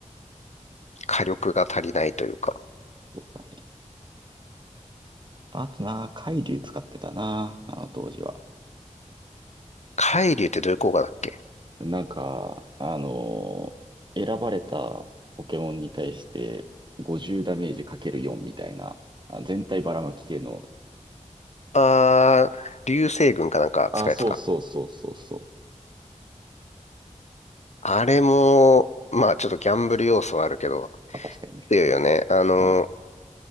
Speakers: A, on the left; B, on the right.
A: 火力が足りないというか。
B: そうだね。あとな、海竜使ってたな、あの当時は。
A: 海竜ってどういう効果だっけ
B: なんか、あのー選ばれたポケモンに対して50ダメージかける4みたいな、あ、全体ばらまき系の、
A: あー、流星群かなんか使うやつか。
B: あ、そうそうそうそうそう。
A: あれも、まあちょっとギャンブル要素はあるけど、
B: あ、確かにね。
A: 強いよね。あの、
B: あ、